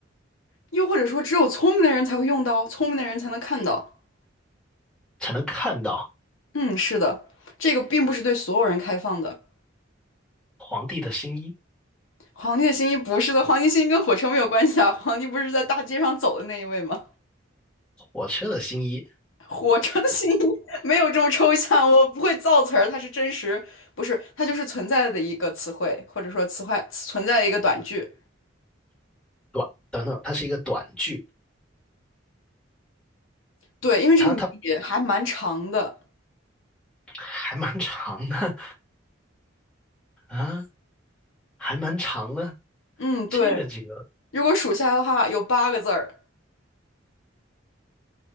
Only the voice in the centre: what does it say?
才能看到
皇帝的新衣、
火车的新衣、
短等等，它是一个短句，
它它还蛮长的啊，还蛮长的。
这个这个，